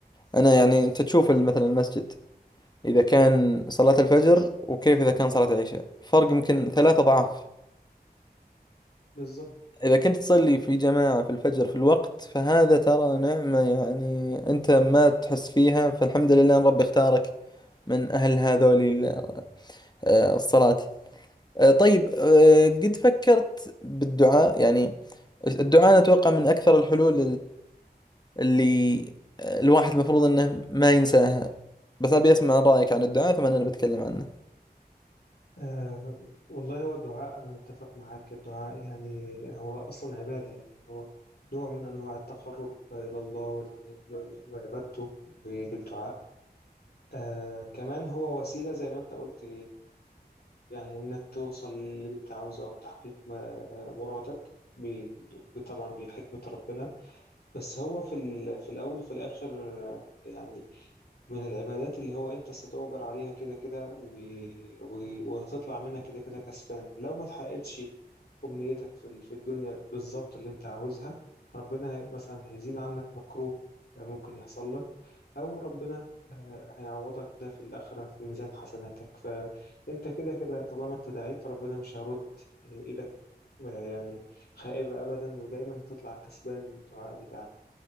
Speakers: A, on the left; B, on the left.
A: انا يعني انت تشوف مثلا المسجد اذا كان صلاة الفجر وكيف اذا كان صلاة العشاء فرق يمكن ثلاثة اضعاف
B: بالظبط
A: اذا كنت تصلي في جماعة في الفجر في الوقت فهذا ترى نعمة يعني انت ما تحس فيها فالحمد لله ان ربي اختارك من اهل هذول ال- آه، الصلاة آه، طيب آه، قد فكرت بالدعاء يعني الدعاء أنا أتوقع من أكثر الحلول اللي الواحد المفروض انه ما ينساها بس ابي اسمع رايك عن الدعاء ثم انا بتكلم عنه
B: آه والله هو الدعاء أنا متفق معاك الدعاء يعني هو أصلا عبادة يعني هو نوع من أنواع التقرب إلى الله وال- وعبادته ب- بالدعاء آه كمان هو وسيلة زي ما أنت قلت يعني إنك توصل للي أنت عاوزه أو تحقيق ما- مرادك بي- طبعا بحكمة ربنا بس هو في ال... في الأول وفي الآخر آه، يعني من العبادات اللي هو أنت ستؤجر عليها كده كده و... و... وهتطلع منها كده كده كسبان لو ما تحققتش أمنيتك في ال- في الدنيا بالظبط اللي أنت عاوزها ربنا هي- مثلا هيزيل عنك مكروه آه، ممكن يحصل لك أو ربنا آه، هيعوضك ده في الآخرة في ميزان حسناتك فأنت كده كده طالما أنت دعيت ربنا مش هيرد آه، إيدك آه، يعني خائبة أبدا ودايما هتطلع كسبان من الدعاء بتاعك